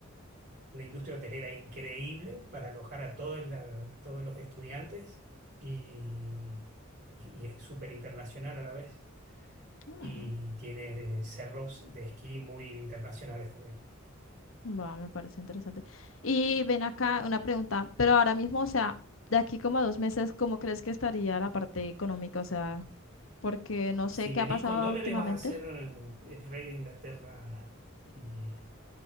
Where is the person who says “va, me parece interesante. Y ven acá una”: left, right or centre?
Left